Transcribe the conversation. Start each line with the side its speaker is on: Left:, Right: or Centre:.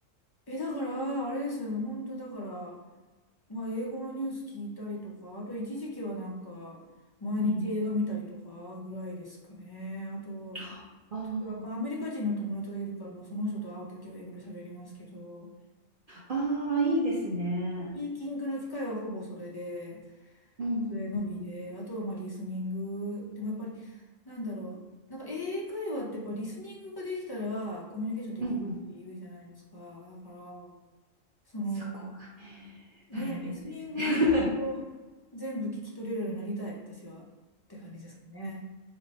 Left: え、だから、あれですよね。本当だから、まあ英語のニュース聞いたりとか、あと一時期はなんか、毎日映画見たりとかぐらいですかね。
Right: うんうん。
Left: あと、
Right: ああ、
Left: ちょっとまあアメリカ人の友達がいるから、まあその人と会うときは英語で喋りますけど。
Right: ああ、いいですね。
Left: スピーキングの機会はほぼそれで、
Right: うんうんうん
Left: それのみで、あとはまあリスニング。でもやっぱり、なんだろう。なんか英英会話ってやっぱリスニングができたらコミュニケーションできるって言うじゃないですか。
Right: うん。うんうん。
Left: だから、その、
Right: そこがね、
Left: ね、
Right: 大変なんですよね。
Left: リスニングを本当全部聞き取れるようになりたい、私は。って感じですかね。